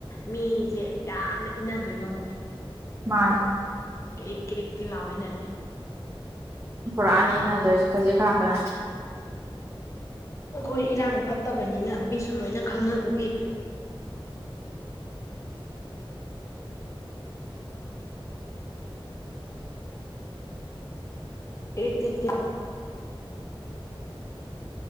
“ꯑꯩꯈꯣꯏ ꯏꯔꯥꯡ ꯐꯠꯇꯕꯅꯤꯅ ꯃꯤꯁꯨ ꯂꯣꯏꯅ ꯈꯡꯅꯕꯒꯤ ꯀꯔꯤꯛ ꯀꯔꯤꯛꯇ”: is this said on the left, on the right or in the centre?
Left